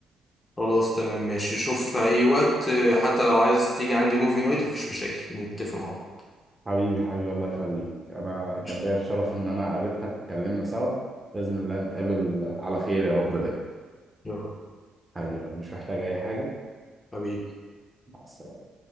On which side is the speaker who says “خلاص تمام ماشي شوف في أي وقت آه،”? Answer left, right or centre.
Left